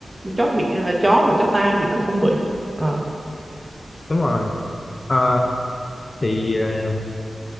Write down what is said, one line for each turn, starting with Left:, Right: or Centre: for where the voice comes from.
Right: chó Việt à, chó mà chó ta thì nó không bị Ờ.
Left: đúng rồi Ờ, thì ờ,